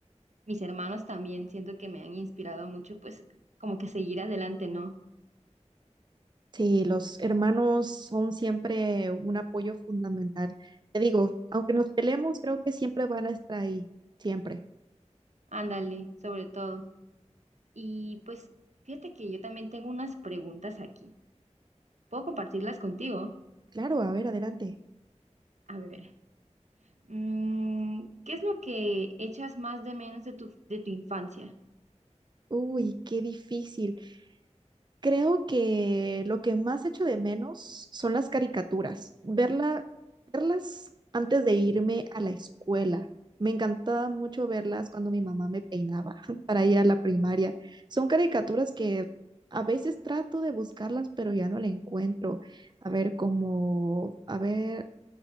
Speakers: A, on the right; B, on the right.
A: Mis hermanos también siento que me han inspirado mucho, pues como que a seguir adelante, ¿no?
B: Sí, los hermanos son siempre un apoyo fundamental. Te digo, aunque nos peleemos, creo que siempre van a estar ahí, siempre.
A: Ándale, sobre todo. Y pues fíjate que yo también tengo unas preguntas aquí. ¿Puedo compartirlas contigo?
B: Claro, a ver, adelante.
A: A ver, mm, ¿qué es lo que echas más de menos de tu, de tu infancia?
B: Uy, qué difícil. Creo que lo que más echo de menos son las caricaturas, verla, verlas antes de irme a la escuela. Me encantaba mucho verlas cuando mi mamá me peinaba <laughs> para ir a la primaria. Son caricaturas que a veces trato de buscarlas, pero ya no la encuentro. A ver, como, a ver,